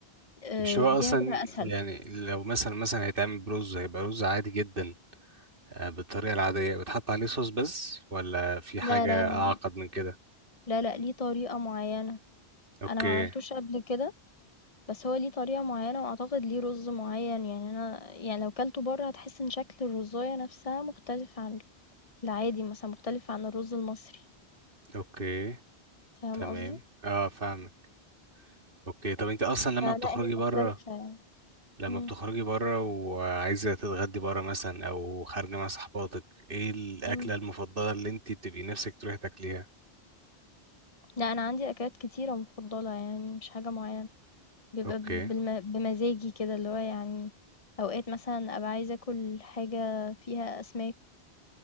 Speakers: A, on the left (about 35°); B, on the right (about 55°).
A: آه،
B: مش هو
A: دي
B: اصلا
A: هتبقى اسهل
B: يعني لو مثلا مثلا هيتعمل برز هيبقى رز عادي جدا آه بالطريقة العادية وتحط عليه صوص بس ولا في
A: لا
B: حاجة
A: لا لا
B: اعقد من كده
A: لا لأ، ليه طريقة معينة
B: اوكي
A: أنا ما عملتوش قبل كده بس هو ليه طريقة معينة وأعتقد ليه رز معين يعني أنا يعني لو كلته بره هتحس إن شكل الرزاية نفسها مختلف عن العادي مثلا مختلف عن الرز المصري
B: اوكي
A: فاهم
B: تمام
A: قصدي؟
B: اه فاهمك اوكي طب انت اصلا لما
A: فلا
B: بتخرجي
A: هي
B: بره
A: مختلفة يعني
B: لما
A: امم
B: بتخرجي بره وعايزة تتغدي بره مثلا أو خارجة مع صحباتك إيه الأكلة
A: امم
B: المفضلة اللي أنت بتبقي نفسك تروحي تاكليها؟
A: لا أنا عندي أكلات كتيرة مفضلة يعني مش حاجة معينة بيبقى
B: أوكي
A: بالم... بمزاجي كده اللي هو يعني أوقات مثلا أبقى عايزة أكل حاجة فيها أسماك